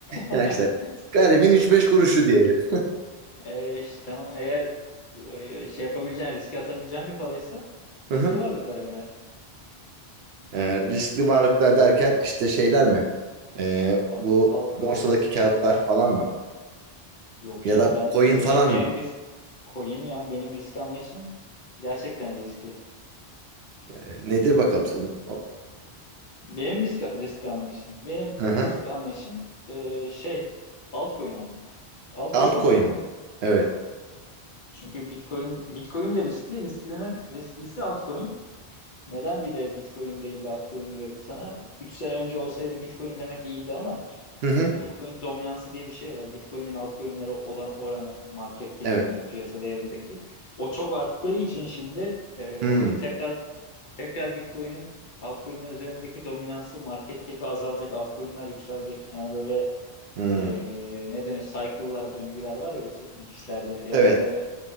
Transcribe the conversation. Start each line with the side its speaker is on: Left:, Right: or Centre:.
Left: <laughs>
Right: Ya işte garibin üç beş kuruşu diyelim.
Left: E, işte, tamam. Eğer e, şey yapabileceğin, riske atabileceğin bir paraysa
Right: <laughs>
Left: riskli
Right: Hı hı.
Left: varlıklara yönel.
Right: Ee, riskli varlıklar derken işte şeyler mi? Ee,
Left: Alt,
Right: bu
Left: altcoin.
Right: borsadaki kağıtlar falan mı?
Left: Yok canım
Right: Ya da
Left: ben
Right: coin
Left: benim
Right: falan
Left: benim
Right: mı?
Left: risk coin ya benim risk anlayışım gerçekten riskli.
Right: Ee, nedir bakalım? senin?
Left: Benim risk riskli anlayışım. Benim
Right: Hı hı.
Left: risk anlayışım e, şey altcoin almak. Altcoin
Right: Altcoin
Left: al.
Right: mi? Evet.
Left: Çünkü Bitcoin Bitcoin de riskli, risklinin risklisi altcoin. Neden bir de Bitcoin değil de altcoin diyorum sana? 3 sene önce olsaydı Bitcoin demek iyiydi ama
Right: Hı hı.
Left: şimdi Bitcoin dominansı diye bir şey var. Bitcoin'in altcoin'lere olan oranı market cap'indeki
Right: Evet.
Left: piyasa değerindeki o çok arttığı için şimdi e,
Right: Hmm.
Left: tekrar tekrar Bitcoin'in altcoin'ler üzerindeki dominansı market cap'i azalacak, altcoin'ler yükselecek. Yani böyle
Right: Hmm.
Left: e, ne denir? Cycle'lar, döngüler var ya bu teknik işlerde. Eğer
Right: Evet,
Left: onları